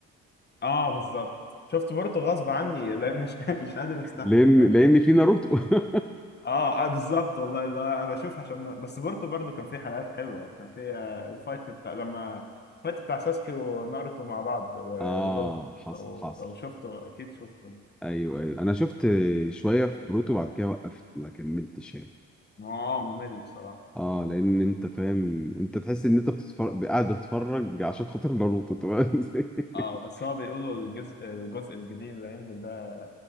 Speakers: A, on the left (about 35°); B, in the centre.
A: اه بالظبط شفت بورتو غصب عني لان مش <laughs> مش قادر استحمل
B: لان لان في ناروتو <laughs>
A: اه, آه بالظبط والله اللي هو انا بشوف عشان بس بورتو برضو كان في حلقات حلوه كان في آه، الفايت بتاع لما الفايت بتاع ساسكي وناروتو مع بعض و-
B: اه
A: وبورتو
B: حصل
A: لو
B: حصل
A: لو شفته اكيد شفته
B: ايوه ايوه انا شفت شويه في بروتو بعد كده وقفت ما كملتش يعني
A: ما هو اه ممل بصراحه
B: اه لان انت فاهم انت تحس ان انت بتتفرج قاعد بتتفرج عشان خاطر ناروتو تمام <laughs>
A: اه بس هو بيقولوا الجزء الجزء الجديد اللي هينزل ده